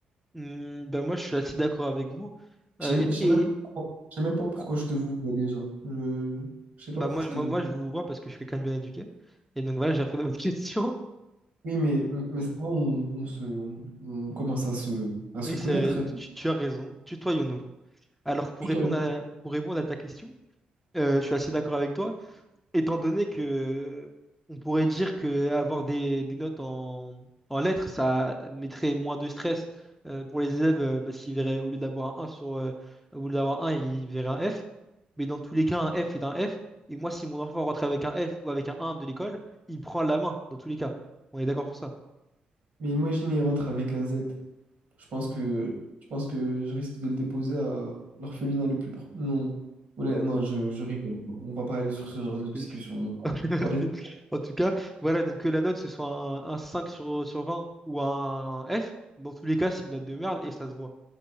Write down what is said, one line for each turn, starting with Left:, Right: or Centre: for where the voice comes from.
Centre: Hmm, ben moi, je suis assez d'accord avec vous.
Right: Je
Centre: Euh,
Right: sais même, je sais
Centre: et
Right: même, pas
Centre: et
Right: pourquoi- je sais même pas pourquoi
Centre: quoi-
Right: je te vous vois déjà. Je, je sais pas
Centre: bah
Right: pourquoi
Centre: moi,
Right: je te
Centre: moi,
Right: vous.
Centre: moi, je vous vois parce que je suis quelqu'un de bien éduqué. Et donc voilà, j'ai répondu à votre <laughs> question.
Right: Oui, mais, mais, mais ça, on, on se, on, on commence à se, à se
Centre: Oui,
Right: connaître.
Centre: c'est, tu, tu as raison. Tutoyons-nous. Alors, pour
Right: Plutôt
Centre: répondre à, pour répondre à ta question, euh, je suis assez d'accord avec toi. étant donné que on pourrait dire que avoir des, des notes en, en lettres, ça mettrait moins de stress euh, pour les élèves euh, parce qu'ils verraient, au lieu d'avoir un 1 sur, euh, au lieu d'avoir un, ils verraient un F. Mais dans tous les cas, un F est un F. Et moi, si mon enfant rentre avec un F ou avec un un de l'école, il prend la main, dans tous les cas. On est d'accord sur ça.
Right: Mais imagine, il rentre avec un Z. Je pense que je pense que je risque de le déposer à l'orphelinat le plus proche. Non, Honnêt- non, je, je rigole. On va pas aller sur ce genre de discussion.
Centre: Oui. <laughs>
Right: On
Centre: Merci.
Right: va rester.
Centre: En tout cas, voilà, donc que la note, ce soit un, un 5 sur, sur 20 ou un F, dans tous les cas, c'est une note de merde et ça se voit.